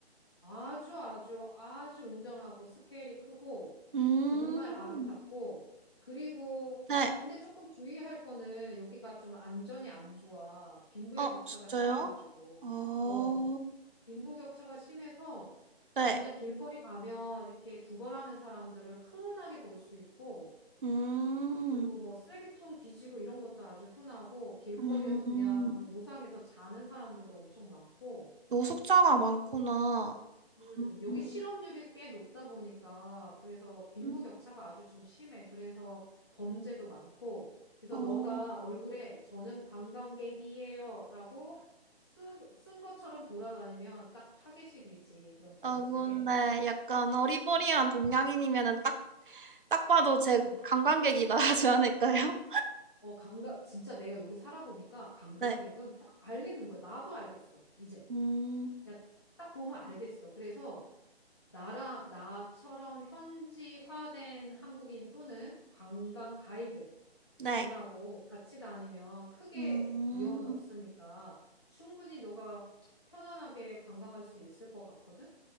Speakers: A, on the left; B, on the right.
A: 아주 아주 아주 웅장하고 스케일이 크고
B: 음,
A: 정말 아름답고 그리고
B: 네.
A: 근데 조금 주의할 거는 여기가 좀 안전이 안 좋아. 빈부의
B: 어
A: 격차가
B: 진짜요?
A: 심해가지고.
B: 어,
A: 어. 빈부 격차가 심해서
B: 네.
A: 그냥 길거리 가면 이렇게 구걸하는 사람들을 흔하게 볼 수 있고
B: 음,
A: 그리고 뭐 쓰레기통 뒤지고 이런 것도 아주 흔하고 길거리에서
B: 음,
A: 그냥 노상에서 자는 사람들도 엄청 많고
B: 노숙자가 많구나.
A: 음, 여기
B: 음,
A: 실업률이 꽤 높다 보니까 그래서 빈부격차가
B: 음.
A: 아주 좀 심해. 그래서 범죄도 많고. 그래서
B: 어,
A: 너가 얼굴에 저는 관광객이에요라고 쓴, 쓴 것처럼 돌아다니면 딱 타겟이 되지. 그런 범죄에.
B: 어, 근데 약간 어리버리한 동양인이면은 딱, 딱 봐도 제
A: 음.
B: 관광객이다 <laughs> 하지 않을까요?
A: 어, 관광 진짜 내가 여기 살아보니까 관광객은
B: 네.
A: 딱 알겠는 거야. 나도 알겠어. 이제.
B: 음,
A: 야, 딱 보면 알겠어. 그래서 나랑 나처럼 현지화된 한국인 또는 관광 가이드
B: 네.
A: 분하고 같이 다니면 크게
B: 음,
A: 위험은 없으니까 충분히 너가 편안하게 관광할 수 있을 것 같거든?